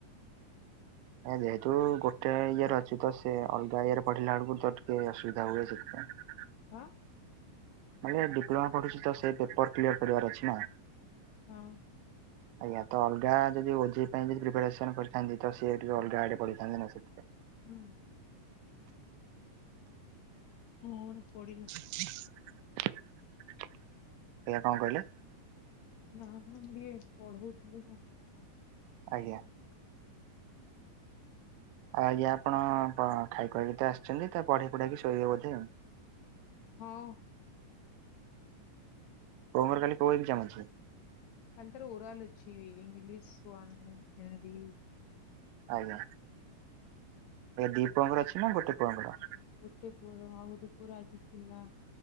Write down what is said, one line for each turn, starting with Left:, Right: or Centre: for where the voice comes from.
Right: ଯେହେତୁ ଗୋଟେ ଇଏରେ ଅଛି ତ ସେ ଅଲଗା ଇଏ ରେ ପଢିଲାେଡକୁ ତ ଟିକେ ଅସୁବି ଯାଉ ସେ <unintelligible>
Left: ହଁ।
Right: ମାନେ ଡିପ୍ଲୋମା ପଢୁଛି ତ ସେଇ ପେପର କ୍ଲିୟର କରିବାର ଅଛି ନା?
Left: ହଁ।
Right: ଆଜ୍ଞା। ତ ଅଲଗା ଯଦି ଓଝେଇ ପାଇଁ ଯଦି ପ୍ରିପାରେସନ କରିଥାନ୍ତି ତ ସେଏ ଟିକେ ଅଲଗା ଆଡେ ପଢିଥାନ୍ତେ ନା ସେଥିପ
Left: ହୁଁ। କଣ ପଡିଲା?
Right: ଆଜ୍ଞା କଣ କହିଲେ?
Left: ନା ନା ମୁଁ ଟିକେ ପଢଉଥିଲି ତ।
Right: ଆଜ୍ଞା। ଆଉ ଆଜ୍ଞା ଆପଣ ଖାଇ ଖୁଆକି ଆସିଛନ୍ତି ତ ପଢି ପୂଡ଼ାକି ଶୋଇବେ ବୋଧେ?
Left: ହଁ।
Right: କୋମର କାଲି କୋଉ ଏକଜାମ୍ ଅଛି?
Left: କାଲି ତାର ଓରାଲ ଅଛି ଇଂଲିଶ ୱାନ, ହିନ୍ଦୀ
Right: ଆଜ୍ଞା। ଦି ପୁଅଙ୍କର ଅଛି ନା ଗୋଟେ ପୁଅଙ୍କର?
Left: ଗୋଟେ ପୁଅର ଆଉ ଗୋଟେ ପୁଅର ଆଜି ଥିଲା